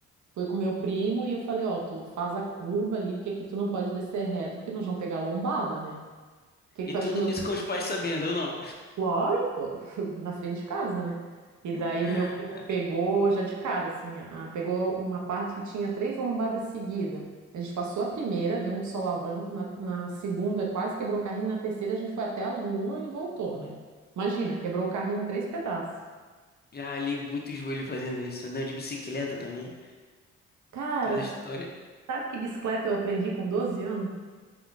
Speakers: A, on the right; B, on the left.
A: Fui com meu primo e eu falei, ó, tu faz a curva ali, porque aqui tu não pode descer reto, porque nós vamos pegar lombada, né? O que que
B: E
A: tu
B: tudo
A: acha que o meu
B: isso
A: primo?
B: com os pais sabendo, ou não?
A: Claro, tô <laughs> na frente de casa, né? E daí
B: <laughs>
A: o meu primo
B: Ah,
A: pegou
B: tá.
A: já de cara, assim, a- pegou uma parte que tinha três lombadas seguidas. A gente passou a primeira, deu um solavanco, na, na segunda quase quebrou o carrinho, na terceira a gente foi até a lua e voltou, né? Imagina, quebrou o carrinho em três pedaços.
B: Já ralei muito o joelho fazendo isso. Andando de bicicleta também.
A: Cara,
B: Cada história.
A: Sabe que bicicleta eu aprendi com 12 anos?